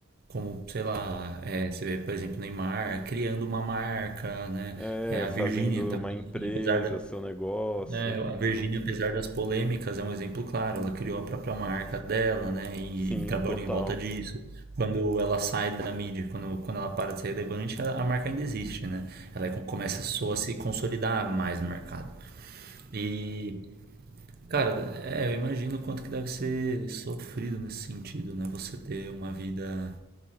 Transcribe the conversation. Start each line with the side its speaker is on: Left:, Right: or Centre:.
Right: como, sei lá, é, você vê, por exemplo, Neymar criando uma marca, né?
Centre: É,
Right: É, a
Centre: fazendo
Right: Virgínia também,
Centre: uma empresa,
Right: apesar da,
Centre: seu negócio.
Right: né, a Virgínia, apesar das polêmicas, é um exemplo claro. Ela criou a própria marca dela, né? E,
Centre: Sim,
Right: e trabalhou
Centre: total.
Right: em volta disso. Quando ela sai da mídia, quando, quando ela para de ser relevante, a, a marca ainda existe, né? Ela é com- começa só a se consolidar mais no mercado. E Cara, é, eu imagino o quanto que deve ser sofrido nesse sentido, né? Você ter uma vida,